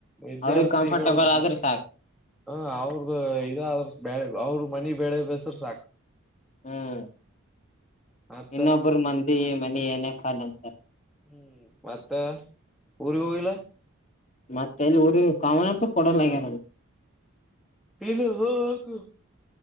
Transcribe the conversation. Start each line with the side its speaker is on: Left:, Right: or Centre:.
Centre: ವಿದ್ಯಾರ್ಥಿಗಳ
Left: ಅವ್ರಿಗೆ ಕಂಫರ್ಟಬಲ್
Centre: <unintelligible>
Left: ಆದ್ರೆ ಸಾಕು
Centre: ಹ ಅವ್ರ್ದ ಇದ ಆದ್ರ ಬ್ಯಲ್ ಅವರು ಮನಿ ಬೆಳೆ ಬಸರು ಸಾಕು
Left: ಹ್ಮ್
Centre: ಮತ್ತ
Left: ಇನ್ನೊಬ್ಬರು ಮಂದಿ ಮ ನೀ ಏನಖ ನಂತ
Centre: ಹ್ಮ್ ಮತ್ತ ಊರಿಗ್ ಹೋಗಿಲ್ಲ
Left: ಮತ್ತೆಲ್ಲಿ ಊರಿ ಕಾಮನಪ್ಪ ಕೊಡಲ್ಲಗ್ಯಾರ
Centre: <unintelligible>